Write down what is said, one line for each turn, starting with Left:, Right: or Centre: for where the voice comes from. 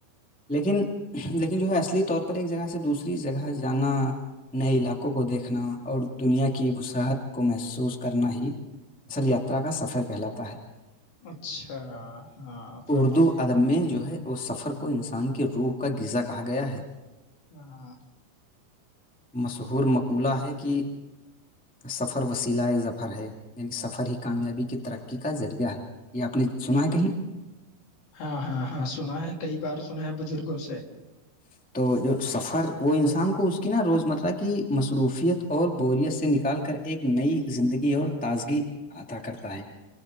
Centre: لیکن لیکن جو ہے اصلی طور پر ایک جگہ سے دوسری جگہ جانا نئے علاقوں کو دیکھنا اور دنیا کی وصحت کو محسوس کرنا ہی اصل یاترا کا سفر کہلاتا ہے
Left: اچھا ہاں فرمائیے
Centre: اردو ادب میں جو ہے اس سفر کو انسان کے روح کا غزا کہا گیا ہے
Left: ہاںاں
Centre: مشہور مقولہ ہے کہ سفر وسیلہ ظفر ہے یعنی سفر ہی کامیابی کی ترقی کا ذریعہ ہے یہ آپ نے سنا ہے کہیں
Left: ہاں ہاں ہاں سنا ہے کئی بار سنا ہے بزرگوں سے
Centre: <inaudible>